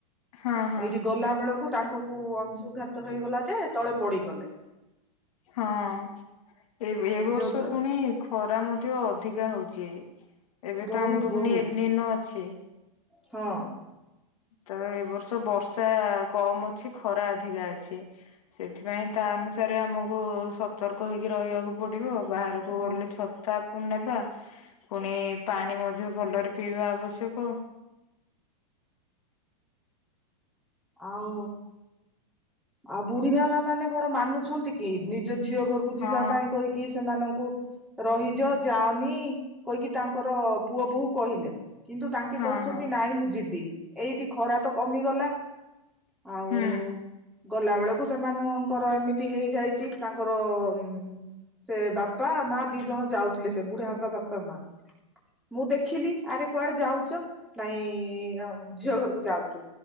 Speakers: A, on the left (about 70°); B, in the centre.
A: ହଁ ହଁ।
B: ଏଇଠି ଗଲା ବେଳକୁ ତାଙ୍କକୁ ଅଂଶୁଘାତ ହେଇଗଲା, ଯେ ତଳେ ପଡିଗଲେ।
A: ହଁ, ଏବେ ଏ ବର୍ଷ
B: ଯଦ୍ଵା
A: ପୁଣି ଖରା ମଧ୍ୟ ଅଧିକା ହଉଚି। ଏବେ
B: ବହୁତ
A: ତ ଆମର
B: ବହୁତ
A: ପୁଣି ଏଲିନ ଅଛି।
B: ହଁ।
A: ତ ଏଇ ବର୍ଷ ବର୍ଷା କମ ଅଛି, ଖରା ଅଧିକା ଅଛି। ସେଥିପାଇଁ ତା ଅନୁସାରେ ଆମକୁ ସ ସତର୍କ ହେଇକି ରହିବାକୁ ପଡିବ। ବାହାରକୁ
B: ହଁ
A: ଗଲେ ଛତା ପୁଣି ନେବା, ପୁଣି ପାଣି ମଧ୍ୟ ଭଲରେ ପିଇବା ଆବଶ୍ୟକ।
B: ଆଉ, ଆଉ ବୁଢୀମା ମାନେ କଣ ମାନୁଛନ୍ତି କି, ନିଜ ଝିଅ ଘରକୁ ବୁଝିବା
A: ହଁ
B: ପାଇଁ କହିକି କି ସେମାନଙ୍କୁ ରହିଯା ଯାଆନି କହିକି ତାଙ୍କର ପୁଅ ବୋହୂ କହିଲେ। କିନ୍ତୁ ତାଙ୍କେ
A: ହଁ
B: କହୁଛନ୍ତି
A: ହଁ
B: ନାଇଁ ମୁଁ ଜିବି, ଏଇଟି ଖରା ତ କମିଗଲା। ଆଉ
A: ହୁଁ
B: ଗଲା ବେଳକୁ ସେମାନଙ୍କର ଏମିତି ହେଇଯାଇଚି, ତାଙ୍କର ଉଁ ସେ ବାପା, ମା ଦି ଜଣ ଯାଉଥିଲେ। ସେ ବୁଢାବାପା, ବାପା, ମା ମୁଁ ଦେଖିଲି ଆରେ କୁଆଡେ ଯାଉଚ? ନାଇଁ ଅମ ଝିଅ ଘରକୁ ଯାଉଚୁ।